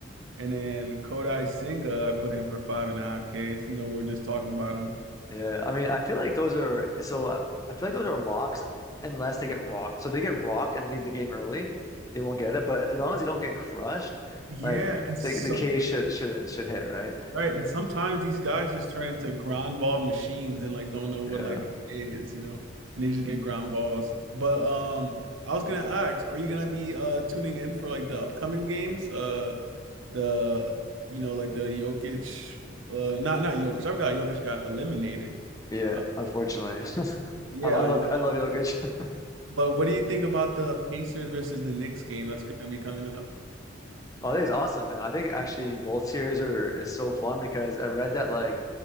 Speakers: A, on the right; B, on the left.
A: and then Kodai Senga. I put him for five and a half Ks. You know, we are just talking about him.
B: Yeah, I mean, I feel like those are so. uh, I feel like those are locks unless they get rocked. So if they get rocked and leave the game early, they won't get it. But as long as they don't get crushed,
A: Yeah,
B: like
A: and some.
B: they, the K should should should hit, right?
A: Right, and sometimes these guys just turn into ground ball machines and like don't know what
B: Yeah,
A: like it is, you know, and they just get ground balls. But um, I was gonna ask, are you gonna be uh tuning in for like the upcoming games? Uh, the you know like the Jokic, uh, not not Jokic. I've got Jokic got eliminated.
B: yeah.
A: Uh,
B: Unfortunately, <laughs>
A: yeah,
B: I, I
A: I
B: love
A: know.
B: I love Jokic. <laughs>
A: But what do you think about the Pacers versus the Knicks game that's gonna be coming up?
B: Oh, I think it's awesome, man. I think actually both series are is so fun because I read that like